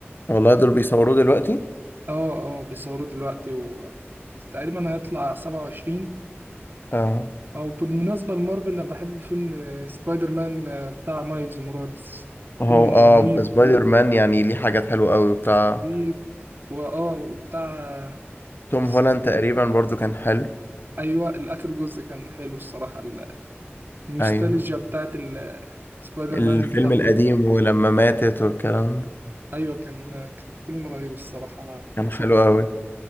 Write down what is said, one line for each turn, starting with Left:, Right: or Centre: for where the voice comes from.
Left: والله دول بيصوروه دلوقتي
Right: اه اه بيصوروه دلوقتي وتقريبا هيطلع 27
Left: اه
Right: أو بالمناسبة لمارفل أنا بحب فيلم آه، سبايدر مان آه، بتاع مايلز موراليس
Left: هو
Right: فيلم
Left: اه
Right: رهيب
Left: سبايدر مان يعني ليه حاجات حلوة قوي وبتاع
Right: رهيب وآه وبتاع آه،
Left: توم
Right: س-
Left: هولاند تقريبا برضو كان حلو
Right: أيوة الآخر جزء كان حلو الصراحة ال- النوستالجيا
Left: ايوه
Right: بتاعت ال- سبايدر
Left: الفيلم
Right: مان
Left: القديم ولما ماتت والكلام ده
Right: ايوه كان كان فيلم رهيب الصراحه انا
Left: كان
Right: اتبسطت
Left: حلو قوي